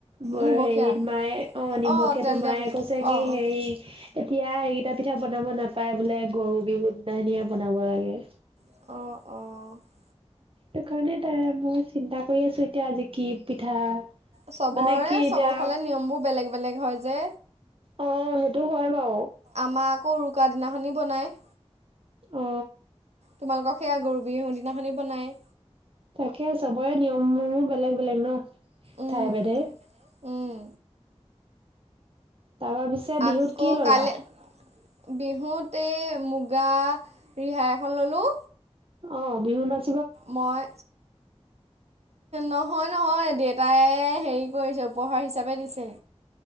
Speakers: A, on the right (about 55°); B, on the right (about 75°).
A: মোৰ
B: নিমখীয়া
A: হেৰিত মায়ে অ নিমখেটো
B: অঁ তেল
A: মায়ে
B: দিয়া পিঠা
A: কছে
B: অঁ
A: কি
B: অঁ
A: হেৰি এতিয়া এইকেইটা পিঠা বনাব নাপায় বোলে গৰু বিহু দিনাখনিয়ে বনাব লাগে।
B: অঁঅঁ
A: সেই কাৰণে তাই মই চিন্তা কৰি আছো এতিয়া আজি কি পিঠা
B: চবৰে
A: মানে কি
B: চবৰ
A: এতিয়া
B: ফালে নিয়মবোৰ বেলেগ বেলেগ হয় যে।
A: অ সেইটো হয় বাৰু।
B: আমাৰ আকৌ উৰুকাৰ দিনাখনি বনায়।
A: অ
B: তোমালোকৰ সেয়া গৰু বিহুুৰ দিনাখনি বনাই।
A: তাকে চবৰে নিয়মসমুহ বেলেগ বেলেগ ন?
B: উম
A: ঠাই ভেদে।
B: উম
A: তাৰপা পিছে
B: আকৌ
A: বিহুত কি ললা?
B: কাইলৈ বিহুত এই মুগা ৰিহা এখন ল'লোঁ।
A: অ বিহু নাচ
B: মই নহয় নহয় দেউতাই হেৰি কৰিছে উপহাৰ হিচাপে দিছে।